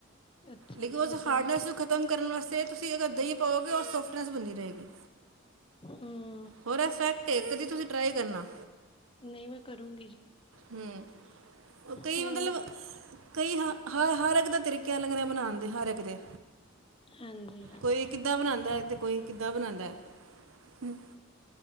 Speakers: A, on the left (about 25°); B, on the right (about 75°).
A: ਅੱਛਾ
B: ਲੇਕਿਨ
A: ਜੀ
B: ਓਸ
A: ਓਦਾਂ
B: ਹਾਰਡਨੈਸ। ਖਤਮ ਕਰਨ ਵਾਸਤੇ ਤੁਸੀ ਅਗਰ ਦਈ ਪਾਓਗੇ ਔ ਸੋਫਟਨੈਸ ਬਣੀ ਰਏਗੀ।
A: ਹੁ।
B: ਥੋਰਾ ਸੈਟ ਏ, ਕਦੀ ਤੁਸੀਂ ਟਰਾਈ ਕਰਨਾ।
A: ਨਈ ਮੈ ਕਰੂੰ।
B: ਹੂੰ, ਕਈ
A: ਹੋਰ
B: ਮਤਲਬ, ਕਈ ਹ। ਹੱਏ ਹੱਰ ਏਕ ਦੇ ਤਰੀਕੇ ਅਲਗ ਨੇ ਬਣਾਣ ਦੇ, ਹਰ ਏਕ ਦੇ।
A: ਹਾਂਜੀ।
B: ਕੋਈ ਕਿੱਦਾਂ ਬਣਾਦੈ ਤੇ ਕੋਈ ਕਿੱਦਾਂ ਬਣਾਦੈ ਹ।